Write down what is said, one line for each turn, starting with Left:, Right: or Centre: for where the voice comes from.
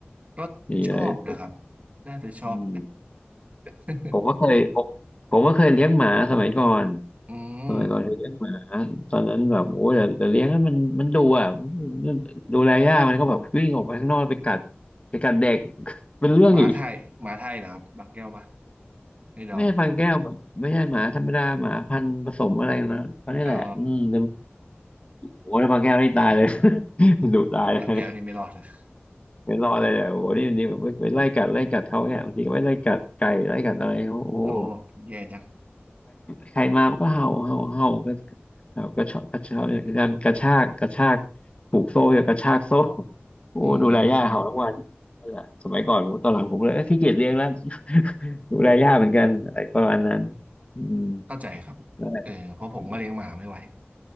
Right: ก็ชอบนะครับ
Left: นี่เลยผม
Right: น่าจะชอบ
Left: อืม
Right: <laughs>
Left: ผมก็เคยผมผมก็เคยเลี้ยงหมาสมัยก่อน
Right: อืม
Left: สมัยก่อนจะเลี้ยงหมาตอนนั้นแบบโอ้ยแต่แต่เลี้ยงนั้นมันมันดูอ่ะดูแลยากมันก็แบบวิ่งออกไปข้างนอกไปกัดไปกัดเด็ก <laughs> เป็นเรื่องอีก
Right: หมาไทยหมาไทยนะครับ บางแก้วปะให่เดา
Left: ไม่ใช่พันแก้วอะไม่ใช่หมาธรรมดาหมาพันธุ์ผสมอะไรนะเขาเนี่ยแหละอืมแต่
Right: อ๋อ
Left: โอ้ยแล้วพันแก้วนี่ตายเลย <laughs> ดุตายเลย
Right: บางแก้วนี่ไม่รอดเลย
Left: ไม่รอดเลยเนี่ยโอ้โหนี่มันดีแบบไปไล่กัดไล่กัดเขาเนี่ยบางทีก็ไปไล่กัดไก่ไล่กัดอะไรเขาโอ้โห
Right: โอ้แย่จัง
Left: ใครมามันก็เห่าเห่าเห่าก็แบบกระชากกระชากเนี่างกันกระชากกระชากผูกโซ่เนีกระชากโซ่โอ้ดูแลย่าเห่าทุกวันนั่นแหละสมัยก่อนผมตอนหลังผมเลยเอ้ยขี้เกียจเลี้ยงแล้ว
Right: อืมอืม
Left: <laughs> ดูแลย่าเหมือนกันอะไรประมาณนั้นอืม
Right: เข้าใจครับเออเพราะผมก็เลี้ยงหมาไม่ไหว
Left: นั่นแหละอืม